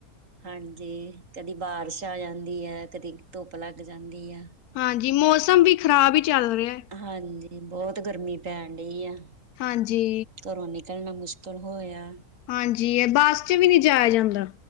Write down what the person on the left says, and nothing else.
ਹਾਂਜੀ ਮੌਸਮ ਵੀ ਖ਼ਰਾਬ ਹੀ ਚੱਲ ਰਿਹਾ।
ਹਾਂਜੀ।
ਹਾਂਜੀ ਬੱਸ ਚੱ ਵੀ ਨਹੀਂ ਜਾਇਆ ਜਾਂਦਾ।